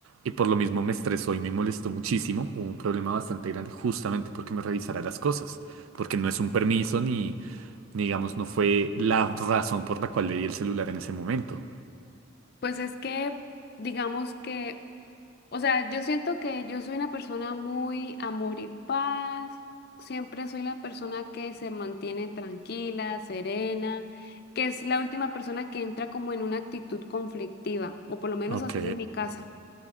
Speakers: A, on the right (about 80°); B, on the left (about 50°).
A: Y por lo mismo me estresó y me molestó muchísimo. Hubo un problema bastante grande justamente porque me revisara las cosas. Porque no es un permiso ni, ni, digamos, no fue la razón por la cual le di el celular en ese momento.
B: Pues es que, digamos que, o sea, yo siento que yo soy una persona muy amor y paz, siempre soy la persona que se mantiene tranquila, serena, que es la última persona que entra como en una actitud conflictiva, o por lo menos
A: Ok,
B: así es en mi casa.